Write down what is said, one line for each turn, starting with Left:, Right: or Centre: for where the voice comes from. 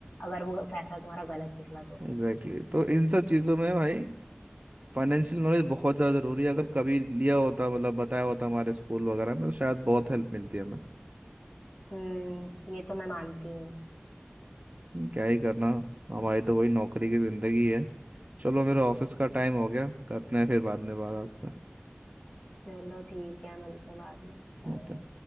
Left: अगर वो फैसला तुम्हारा गलत निकला तो
Right: एग्जैक्टली exactly. तो इन सब चीज़ों में भाई फाइनेंशियल नॉलेज बहुत ज़्यादा ज़रूरी है अगर कभी लिया होता मतलब बताया होता हमारे स्कूल वगैरह में तो शायद बहुत हेल्प मिलती है हमें
Left: हम्म ये तो मैं मानती हूँ
Right: हम्म, क्या ही करना हमारी तो वही नौकरी की ज़िंदगी है चलो मेरा ऑफिस का टाइम
Left: हम्म,
Right: हो गया करते हैं फिर बाद में बात आपसे
Left: चलो ठीक है मिलते हैं बाद में Bye
Right: ओके
Left: bye